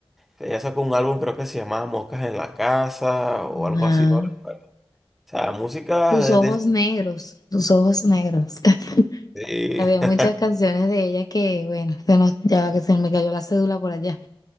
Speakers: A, in the centre; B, on the left.
A: ella sacó un álbum, creo que se llamaba Moscas en la Casa
B: Ajá.
A: o algo así, no recuerdo. O sea, música
B: Tus
A: de...
B: ojos negros, tus ojos negros. <laughs>
A: de-
B: Había
A: sí.
B: muchas canciones de ella que, bueno, se nos- ya que se me cayó la cédula por allá.